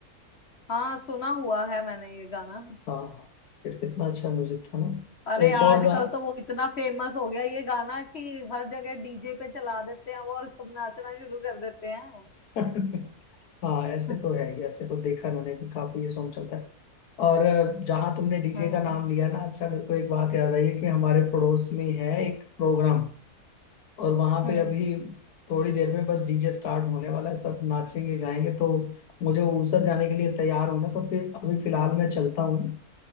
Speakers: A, on the left; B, on the left.
A: हाँ सुना हुआ है मैंने ये गाना
B: हाँ हाँ फिर कितना अच्छा म्यूजिक था ना
A: अरे
B: एक
A: आजकल
B: और गा
A: तो वो इतना फेमस हो गया ये गाना कि हर जगह डीजे पे चला देते हैं वो और सब नाचना शुरू कर देते हैं
B: <laughs> हाँ ऐसे
A: <laughs>
B: तो है ही, ऐसे तो देखा है मैंने कि काफी ये सॉन्ग चलता है और अ, जहाँ तुमने डीजे
A: हाँ
B: का नाम लिया ना अच्छा मेरे को एक बात याद आई है कि हमारे पड़ोस में है एक प्रोग्राम और वहां
A: हम्म
B: पे अभी थोड़ी देर में बस डीजे स्टार्ट होने वाला है सब नाचेंगे गाएंगे तो मुझे ऊसर जाने के लिए तैयार होना तो फिर अभी फिलहाल मैं चलता हूँ